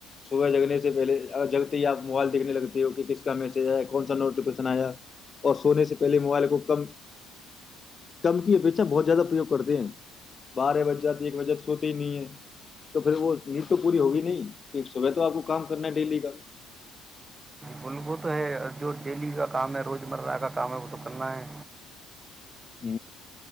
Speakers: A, on the left; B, on the right.
A: صبح جگنے سے پہلے جگتے ہی آپ موبائل دیکھنے لگتے ہو کہ کس کا میسج آیا کون سا نوٹیفکیشن آیا اور سونے سے پہلے موبائل کو کم کم کی اپیشا بہت زیادہ پرایوگ کرتے ہیں بارہ بج جاتی ہے ایک بج جات سوتے ہی نہیں ہے تو پھر وہ نیند تو پوری ہوگی نہیں کہ صبح تو آپ کو کام کرنا ہے ڈیلی کا
B: ب وہ تو ہے جو ڈیلی کا کام ہے روز مرہ کا کام ہے وہ تو کرنا ہے
A: ہ